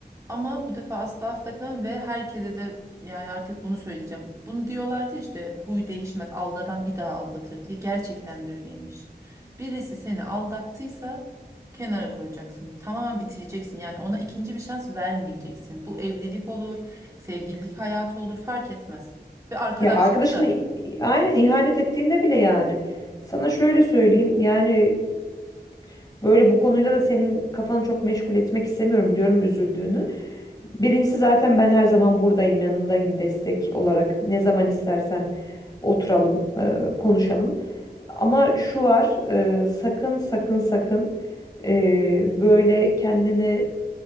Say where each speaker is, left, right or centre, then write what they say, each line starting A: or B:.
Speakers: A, on the right; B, on the left.
A: Ama bu defa asla affetmem ve herkese de yani artık bunu söyleyeceğim. Bunu diyorlardı ya işte huy değişmez aldatan bir daha aldatır diye. Gerçekten de öyleymiş. Birisi seni aldattıysa kenara koyacaksın. Tamamen bitireceksin. Yani ona ikinci bir şans vermeyeceksin. Bu evlilik olur, sevgililik hayatı olur fark etmez. Ve arkadaşlıkta
B: Ya arkadaşını
A: da.
B: i- aynen ihanet ettiğinde bile yani. Sana şöyle söyleyeyim yani e, böyle bu konuyla da senin kafanı çok meşgul etmek istemiyorum biliyorum üzüldüğünü. Birincisi zaten ben her zaman buradayım yanındayım destek olarak ne zaman istersen oturalım e, konuşalım. Ama şu var e, sakın sakın sakın e, böyle kendini